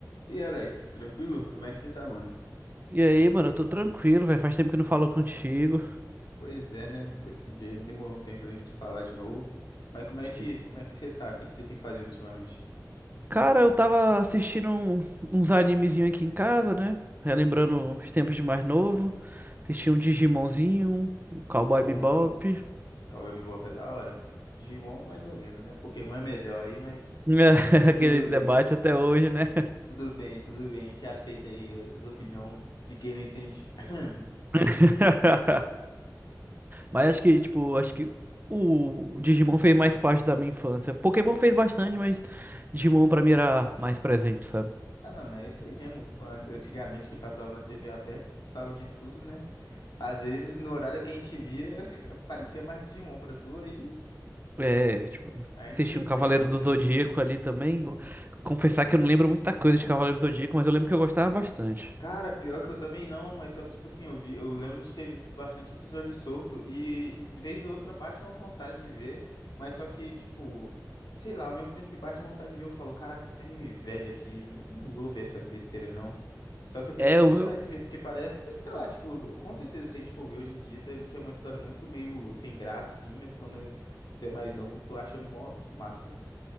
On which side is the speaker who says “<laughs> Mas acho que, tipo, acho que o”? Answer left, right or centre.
Right